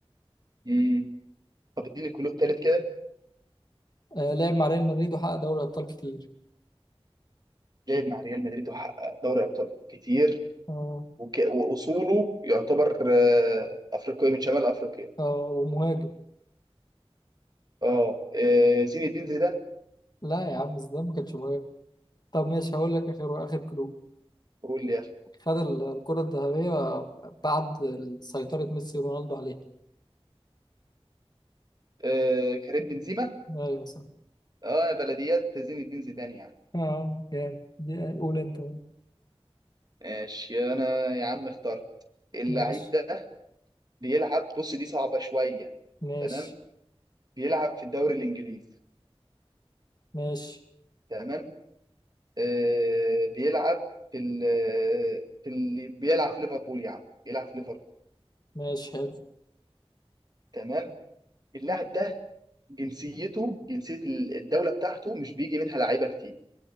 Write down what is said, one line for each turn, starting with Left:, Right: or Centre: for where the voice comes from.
Right: امم طب اديني الكلود التالت كده
Left: آه لعب مع ريال مدريد وحقق دوري أبطال كتير
Right: لعب مع ريال مدريد وحقق دوري ابطال كتير
Left: اه
Right: وك... واصوله يعتبر آه، افريقي من شمال افريقيا
Left: اه ومهاجم
Right: اه آه، زين الدين زيدان
Left: لا يا عم زيدان ما كانش مهاجم طب ماشي هقول لك آخر آخر كلو
Right: قول لي يا اخي
Left: خد ال- الكرة الذهبية بعد سيطرة ميسي ورونالدو عليها
Right: آه، كريم بنزيما
Left: أيوة صح
Right: اه بلديات زين الدين زيدان يعني
Left: أه جامد دي قول أنت بقى.
Right: ماشي انا يا عم اخترت اللعيب
Left: ماشي
Right: ده بيلعب بص دي صعبة شوية
Left: ماشي
Right: تمام بيلعب في الدوري الإنجليزي
Left: ماشي
Right: تمام آه بيلعب في ال في ال بيلعب في ليفربول يا عم بيلعب في ليفربول
Left: ماشي حلو
Right: تمام اللاعب ده جنسيته جنسية ال- الدولة بتاعته مش بيجي منها لعيبة كتير